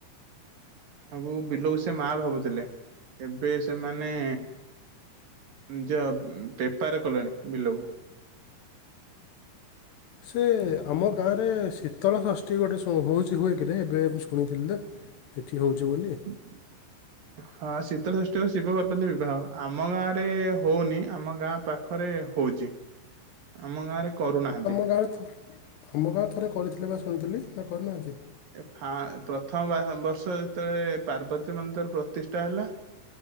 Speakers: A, on the right; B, on the left.
A: ଆଗକୁ ବିଲକୁ ସେ ମା ଭାବୁଥିଲେ ଏବେ ସେମାନେ ନିଜ ବେପାର କଲେଣି ବିଲକୁ।
B: ସେ ଆମ ଗାଁରେ ଶୀତଳ ଷଷ୍ଠୀ ଗୋଟେ ହୋଉଚି ହୁଏ କିରେ ଏବେ ମୁ ଶୁଣିଥିଲି ଯେ? ଏଇଠି ହୋଉଚି ବୋଲି।
A: ହୁଁ। ହଁ ଶୀତ ଷଷ୍ଠୀ ଓ ଶିବ ପର୍ବତୀ ବିବାହ ଆମ ଗାଁ ରେ ହୋଉନି ଆମ ଗାଁ ପାଖ ପାଖରେ ହୋଉଚି ଆମ ଗାଁ ରେ କରୁନାହାନ୍ତି।
B: ଅର୍ଥ ଆମ ଗାଁ ଥରେ କରିଥିଲେ ବା ଶୁଣିଥିଲି ନା କରିନାହାନ୍ତି?
A: ଏ ଫା ପ୍ରଥମ ବର୍ଷ ଯେତେବେଳେ ପାର୍ବତୀ ମନ୍ଦିର ପ୍ରତିଷ୍ଠା ହେଲା ହଁ।